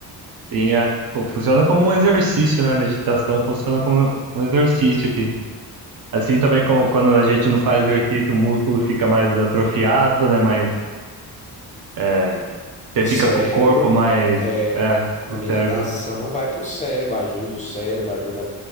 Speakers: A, on the right; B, on the left.
A: sim, é. Pô, funciona como um exercício, né? Meditação funciona como um exercício que Assim também como quando a gente não faz exercício, o músculo fica mais atrofiado, né? Mais, é, você
B: O cérebro,
A: fica com o corpo mais,
B: é,
A: é, o
B: a meditação
A: cérebro.
B: vai para o cérebro, ajuda o cérebro, ajuda